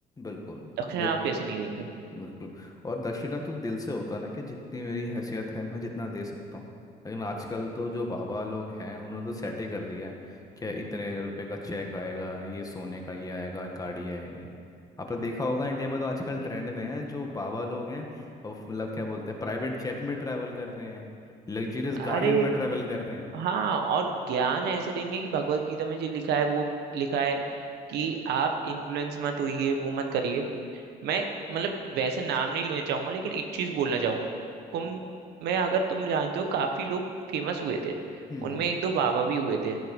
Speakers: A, on the left (about 20°); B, on the right (about 75°).
A: बिल्कुल
B: दक्षिणा
A: जब
B: आप कैसे नहीं देंगे
A: बिल्कुल और दक्षिणा तो दिल से होता है ना कि जितनी मेरी हैसियत है मैं जितना दे सकता हूँ लेकिन आजकल तो जो बाबा लोग हैं उन्होंने तो सेट ही कर दिया है क्या इतने रुपए का चेक आएगा ये सोने का ये आएगा गाड़ी आएगी आपने देखा होगा इंडिया में तो आजकल ट्रेंड में है जो बाबा लोग हैं वो मतलब क्या बोलते हैं प्राइवेट जेट में ट्रैवल कर रहे हैं लग्जरियस गाड़ियों
B: अरे
A: में ट्रैवल कर रहे हैं
B: हाँ और ज्ञान ऐसे देंगे कि भगवत गीता में जो लिखा है वो लिखा है कि आप इन्फ्लुएंस मत होइए वो मत करिए मैं मतलब वैसे नाम नहीं लेना चाहूंगा लेकिन एक चीज बोलना चाहूंगा कुंभ में अगर तुम जानते हो काफी लोग फेमस हुए थे
A: हम्म
B: उनमें एक दो बाबा भी हुए थे